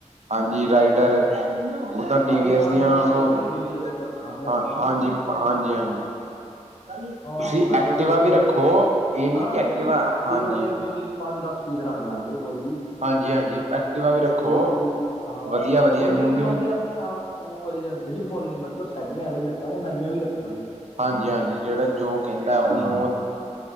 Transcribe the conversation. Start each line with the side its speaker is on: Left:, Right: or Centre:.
Right: ਹਾਂਜੀ, ਰਾਈਡਰ ਉਦਾਂ ਟੀ
Left: ਆਹੀ
Right: ਵੀ ਐਸ
Left: ਪੰਜ
Right: ਦੀਆਂ
Left: ਸੱਤ ਬਾਈਕਾਂ
Right: ਹੋਰ,
Left: ਦੀ ਡੀਲ ਰੱਖਾਂਗੇ ਆਪਾਂ
Right: ਹਾਂਜੀ-ਹਾਂਜੀ-ਹਾਂਜੀ।
Left: ਨਾ
Right: ਤੁਸੀਂ
Left: ਹਾਂ ਮੈਂ
Right: ਐਕਟੀਵਾ
Left: ਸੋ
Right: ਵੀ
Left: ਮੇਰੇ
Right: ਰੱਖੋ, ਇਹ ਨੀ
Left: ਹਾਂ
Right: ਕਿ
Left: ਨਹੀਂ
Right: ਐਕਟੀਵਾ
Left: ਐਕਟੀਵਾ
Right: ਹਾਂਜੀ।
Left: ਦੇਖ ਲੋ ਤੁਸੀਂ ਪੰਜ ਦਸ ਪੀਸ ਰੱਖ ਲਾਂਗੇ ਕੋਈ ਨੀ
Right: ਹਾਂਜੀ ਹਾਂਜੀ
Left: <unintelligible>
Right: ਐਕਟਿਵਾ ਵੀ
Left: ਹਾਂ
Right: ਰੱਖੋ ਵਧੀਆ ਵਧੀਆ
Left: ਛੋਡੀ
Right: ਨਿਊ
Left: ਜੀ
Right: ਨਿਊ
Left: ਮੈਂ ਤੇ ਆਪਣੇ ਨਾਲ ਉਹ ਏਜਸੀ ਨੀ ਖੋਲਣੀ ਮਤਲਬ ਸੈਕਿੰਡ ਹੈਂਡ ਵੀ ਰੱਖਾਂਗੇ, ਨਵੀ ਵੀ ਰੱਖਾਂਗੇ।
Right: ਹਾਂਜੀ'ਹਾਂਜੀ, ਜਿਹੜਾ ਜੋ ਕਹਿੰਦਾ ਉਹਨੂੰ
Left: ਹਾਂ